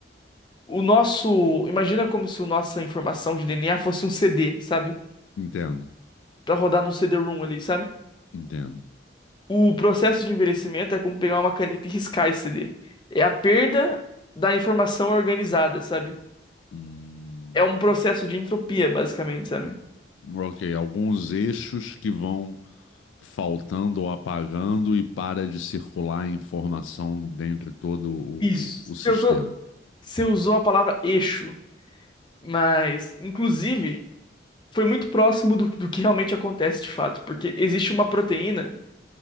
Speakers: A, on the left; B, on the left.
A: o nosso. Imagina como se a nossa informação de DNA fosse um CD, sabe?
B: Entendo,
A: Pra rodar num CD-ROM ali, sabe?
B: entendo.
A: O processo de envelhecimento é como pegar uma caneta e riscar esse CD. É a perda da informação organizada, sabe?
B: Hum,
A: É um processo de entropia, basicamente, sabe?
B: ok, alguns eixos que vão faltando ou apagando e para de circular a informação dentro de todo o,
A: Isso.
B: o- o sistema.
A: Você usou, você usou a palavra eixo, mas, inclusive, foi muito próximo do, do que realmente acontece de fato, porque existe uma proteína